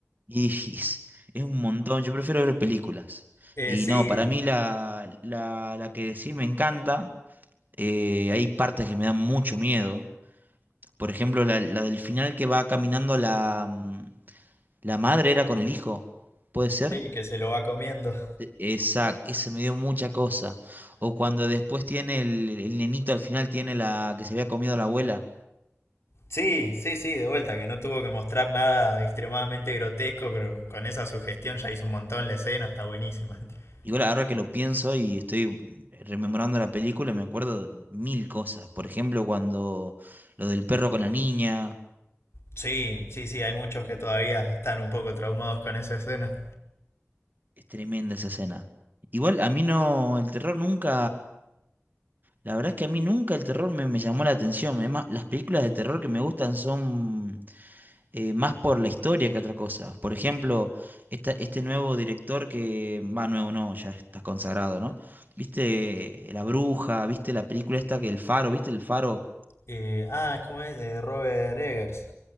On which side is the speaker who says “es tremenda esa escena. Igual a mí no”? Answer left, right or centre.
Right